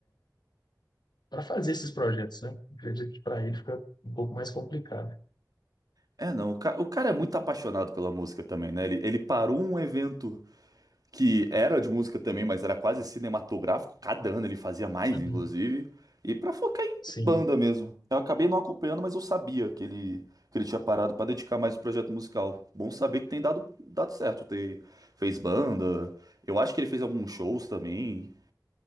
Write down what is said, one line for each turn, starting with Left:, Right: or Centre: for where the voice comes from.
Left: para fazer esses projetos, né? Acredito que para ele fica um pouco mais complicado.
Right: É, não, o cara, o cara é muito apaixonado pela música também, né? Ele, ele parou um evento que era de música também, mas era quase cinematográfico. Cada ano ele fazia mais,
Left: Uhum.
Right: inclusive. E pra focar em
Left: Sim.
Right: banda mesmo. Eu acabei não acompanhando, mas eu sabia que ele, que ele tinha parado pra dedicar mais o projeto musical. Bom saber que tem dado, dado certo. Ter, fez banda. Eu acho que ele fez alguns shows também.